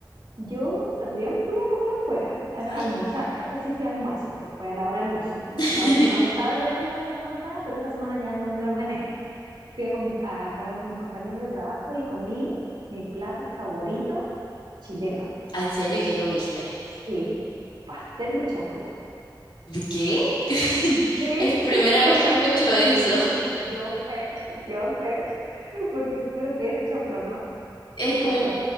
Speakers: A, on the right; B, on the left.
A: yo también fui a comer afuera, a a
B: Ay,
A: almorzar. A Eso sí fue almuerzo, porque fue a la hora de almuerzo.
B: <laughs>
A: Estaba almorzando tarde la semana pasada, pero esta semana ya no me ordené. Fui a, com- a comer con mis compañeros de trabajo y comí mi plato favorito chileno.
B: Ah, ¿en serio? ¿Y qué comiste?
A: Sí, pastel de choclo.
B: ¿Qué? <laughs>
A: Sí,
B: Es
A: <laughs>
B: primera vez
A: yo sabía
B: que escucho
A: que me-
B: eso.
A: Yo sé, yo sé, porque primero que es choclo, ¿no?
B: Es
A: ¿Qué es
B: como,
A: eso?